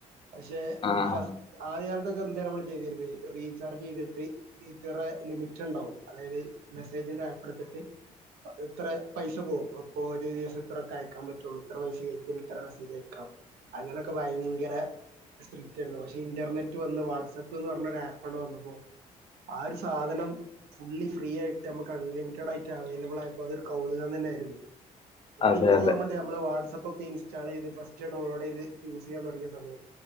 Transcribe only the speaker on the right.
പക്ഷെ
ഫസ്റ്റ് ആദ്യകാലത്തൊക്കെ എന്ത നമ്മള് ചെയ്തിന്നത് റീചാർജ് ചെയ്തിട്ട ഈ ത്രെ ലിമിറ്റ് ഉണ്ടാവും അതായത് മെസ്സേജിന്റെ അയ്പ എടുത്തിട്ട് അത് ത്രെ പൈസ പോകും? പ്പോ ഒര് ദിവസം ഇത്രയൊക്കെ അയക്കാൻ പറ്റുള്ളൂ. ഇത്ര പൈസ കയറ്റിയാൽ ഇത്രമെസ്സേജ് യക്കാം. അങ്ങനൊക്കെ ഭയങ്കര സ്ട്രിക്റ്റ് ർന്നു. പക്ഷെ ഇന്റർനെറ്റ് വന്ന് വാട്സ്ആപ്പ് ന്ന് പറഞ്ഞൊ ഒരു ആപ്പണ്‌ വന്നപ്പോ ആ ഒരു സാധനം. ഫുള്ളി ഫ്രീ ആയിട്ട് നമ്മക്ക് അൺലിമിറ്റഡ് ആയിട്ട് അവൈലബിൾ ആയപ്പോ അതൊരു കൗതുകം തന്നെയി രുന്നു ത്യത്തിൽ
ഇന്ക് ഒക്കെ
ഓർമ്മണ്ട് നമ്മൾ വാട്സാപ്പൊക്കെ ഇൻസ്റ്റാൾ ചയ്ത് ഫസ്റ്റ് ഡൗൺലോഡ് ചെയ്ത് യൂസയ്യാൻ തൊടങ്ങിയ സമയം.